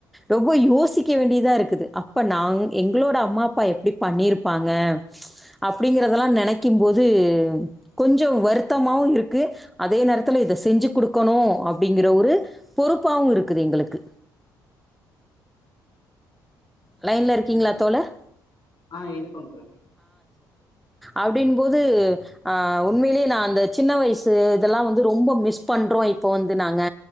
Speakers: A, in the centre; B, on the left (about 45°).
A: ரொம்ப யோசிக்க வேண்டியதா இருக்குது அப்ப எங்களோட அம்மா அப்பா எப்படி பண்ணிருப்பாங்க அப்படிங்கதெல்லாம் நென நினைக்கும்போது கொஞ்சம் வருத்தமவும் இருக்கு அதே நேரத்துல இதை செஞ்சு கொடுக்கணும் அப்படிங்கிற ஒரு பொறுப்பாகவும் இருக்குது எங்களுக்கு
B: கண்டிப்பா தோழி
A: லைன்ல இருக்கீங்களா தோழர்
B: ஆஹ் இருக்கோம் தோழி
A: அப்படின் போது ஆஹ் உண்மையிலேயே நான் அந்த சின்ன வயசு இதெல்லாம் வந்து ரொம்ப மிஸ் பண்றோம் இப்ப வந்து நாங்க